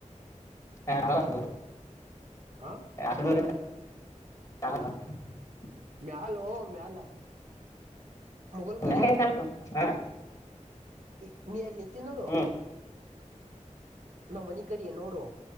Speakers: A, on the left; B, on the right.
A: <unintelligible>
B: ಆ
A: <unintelligible>
B: ಮ್ಯಾಲೋ ಮ್ಯಾಲೋ ಮುಘಲ್ ಕಡಿ
A: ಮ್ಯಾಗ ಹೆಂಗ್ ಕಾಣ್ತು ಹಾ
B: ಈ ನೀ ಅಲ್ಲಿ ನಿಂತಿ ನೋಡು
A: ಹ್ಮ್
B: ನಮ್ಮ ಮನಿ ಕಡ ನೋಡು